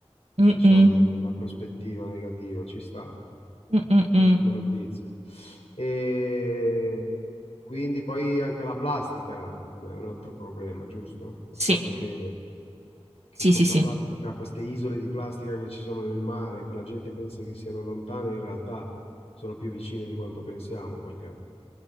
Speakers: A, on the right; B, on the left.
A: Mm-mm,
B: diciamo, in una prospettiva negativa, ci sta.
A: mm-mm-mm.
B: Ottima notizia. E quindi poi anche la plastica è un altro problema, giusto? Il
A: Sì,
B: fatto che, che
A: sì,
B: questa
A: sì, sì.
B: plastica, queste isole di plastica che ci sono nel mare, che la gente pensa che siano lontane, in realtà sono più vicine di quanto pensiamo, perché